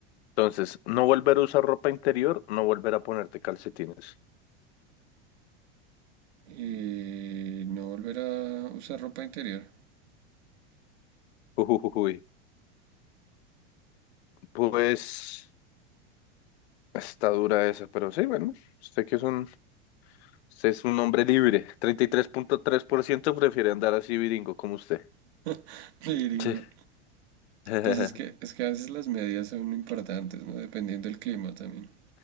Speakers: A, on the left; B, on the right.
A: Entonces, no volver a usar ropa interior, no volver a ponerte calcetines.
B: Y no volver a usar ropa interior.
A: Ujujujuy. Pues está dura esa, pero sí, bueno, usted que es un, usted es un hombre libre. Treinta y tres tres punto tres por ciento prefiere andar así viringo como usted.
B: <laughs> Miringo.
A: Sí. <laughs>
B: Pues es que, es que a veces las medidas son importantes, ¿no? Dependiendo del clima también.